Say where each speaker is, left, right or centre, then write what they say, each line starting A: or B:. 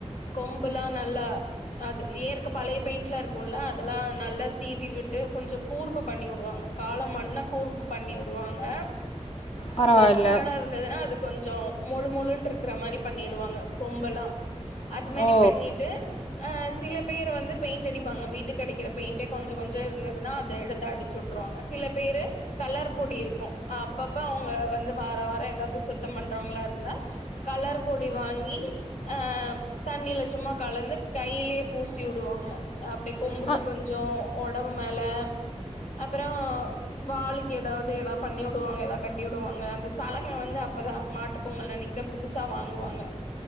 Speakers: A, on the left; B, on the left.
A: கொம்புல்லாம் நல்லா அது ஏற்கை பழைய பெயிண்ட் எல்லாம் இருக்கும்ல அதெல்லாம் நல்லா சீவி விட்டு கொஞ்சம் கூறுப்பு பண்ணி விடுவாங்க காலமாடுண்ணா கூறுப்பு பண்ணி விடுவாங்க
B: பரவாயில்ல
A: பசுமாடா இருந்ததுன்னா அது கொஞ்சம் மொழு முொழுன்னு இருக்கிற மாரி பண்ணிடுவாங்க கொம்பெல்லாம் அது மாதிரி
B: ஓ
A: பண்ணிட்டு அஹ் சில பேர் வந்து பெயிண்ட் அடிப்பாங்க வீட்டுக்கு அடிக்கிற பெயிண்டே கொஞ்ச கொஞ்ச இருந்ததுன்னா அத எடுத்த அடிச்சு விட்டுருவாங்க சில பேரு கலர் பொடி இருக்கும் அப்பப்ப அவங்க வந்து வார வாரம் ஏதாவது சுத்தம் பண்றவங்களா இருந்தா கலர் பொடி வாங்கி ஆஹ் தண்ணியில சும்மா கலந்து கையிலேயே பூசி விடுவாங்க அப்டி கொம்புக்கு
B: ஆ
A: கொஞ்சம் உடம்பு மேல அப்பறம் வாலுக்கு ஏதாவது ஏதாவது பண்ணி விடுவாங்க ஏதாவது கட்டி விடுவாங்க அந்த சளங்கை வந்து அப்பதான் மாட்டு பொங்கல் அன் னக்குத புதுசா வாங்குவாங்க